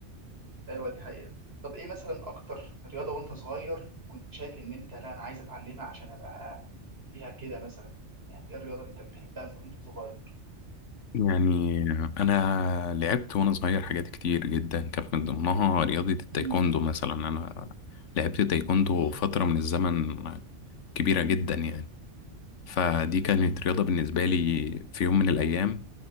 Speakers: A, on the right; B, on the left.
A: أيوه دي حقيقة طب إيه مثلا أكتر رياضة وأنت صغير كنت شايف إن أنت لا أنا عايز أتعلمها عشان أبقى فيها كده مثلا يعني إيه الرياضة اللي أنت بتحبها مثلا وأنت صغير؟
B: يعني انا لعبت وانا صغير حاجات كتير جدا كانت من ضمنها رياضة التايكوندو
A: مم.
B: مثلا انا لعبت تايكوندو
A: مم.
B: فترة من الزمن كبيرة جدا يعني فدي كانت
A: مم.
B: رياضة بالنسبة لي في يوم من الايام